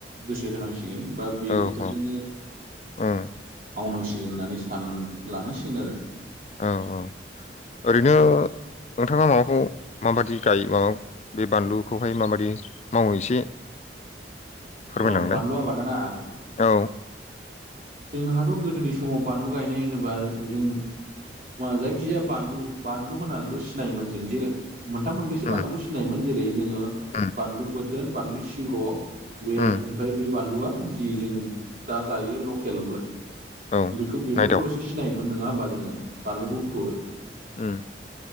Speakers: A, on the right; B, on the left.
A: गोसो होनांसि। दिगोन बा बेफोरजोंनो
B: औ औ
A: मावनांसि।
B: उम
A: सिगोन होननानै सान लानांसिगोन आरो।
B: औ-औ ओरैनो। नोंथाङा माबाखौ माबादि गायो? माबा बे बानलुखौहाय माबादि मावो एसे। फोरमायलांलाय
A: अ बानलु आबादाना?
B: औ
A: जोंहाथ' गोदोनि समाव बानलु गायनाय होनोबा जों। मुवा जायखिजाया बानलु-बानलु होननानैल' सिनायोमोन जों जेरै मोनथाम, मोनब्रैसो
B: उम
A: बानलुखौ सिनायोमोन जे। जोङो
B: उम
A: बानलु बोदोन, बानलु सिब्र बे
B: उम
A: ओमफ्राय बे। बानलुआ जि जों दा जायो लकेलबो।
B: औ
A: बेखो‌ बेफोरखौल'सो
B: नायदाव
A: सिनायोमोन नोङा होमबा जोङो? बानलु गुफुर।
B: ओम।